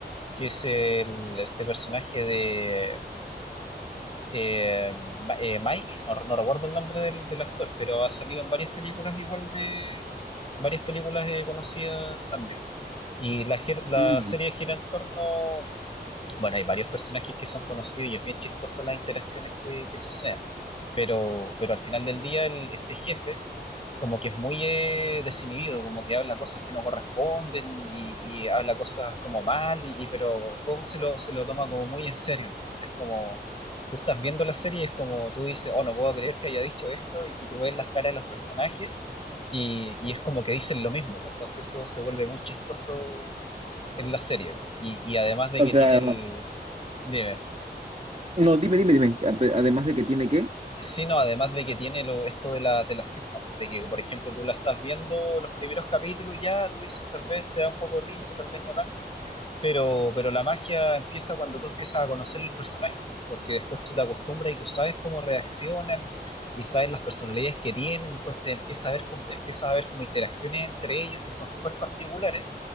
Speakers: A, on the left; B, on the right.
A: que es el, este personaje de eh, Ma- eh, Mike, no, no recuerdo el nombre del, del actor, pero ha salido en varias películas igual de varias películas eh, conocidas también. Y la, gir- la
B: Mm,
A: serie gira en torno, bueno, hay varios personajes que son conocidos y es bien chistoso las interacciones que, que suceden. Pero, pero al final del día, el- este jefe como que es muy eh, desinhibido, como que habla cosas que no corresponden y, y habla cosas como mal, y, y- pero todo se lo, se lo toma como muy en serio. Entonces, como tú estás viendo la serie, es como tú dices, oh, no puedo creer que haya dicho esto, y, y tú ves las caras de los personajes y, y es como que dicen lo mismo. Entonces, eso se vuelve muy chistoso en la serie. Y, y además de
B: O
A: que
B: sea,
A: tiene el... Dime.
B: No, dime, dime, dime, ape- además de que tiene qué.
A: Sí, no, además de que tiene lo, esto de la, de la sitcom, pues, de que, por ejemplo, tú la estás viendo los primeros capítulos y ya, tú dices, tal vez te da un poco de risa, tal vez no tanta, pero, pero la magia empieza cuando tú empiezas a conocer los personajes, porque después tú te acostumbras y tú sabes cómo reaccionan y sabes las personalidades que tienen, entonces empiezas a ver, com- empiezas a ver como interacciones entre ellos que son súper particulares